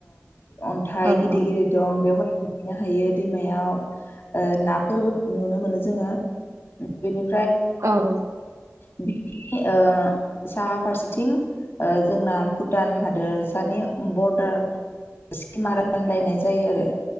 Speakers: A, on the left; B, on the right.
A: ओम अनथाय
B: औ
A: गिदिर
B: औ
A: गिदिर दं बेवहाय दुगैनो हायो दैमायाव ओ नाफोरबो नुनो मोनो जोङो। बिनि
B: औ औ
A: बिनि ओ साहा फारसेथिं ओ जोंना भुटान हादोरसानि बरडार सिमा रानलायनाय जायो आरो।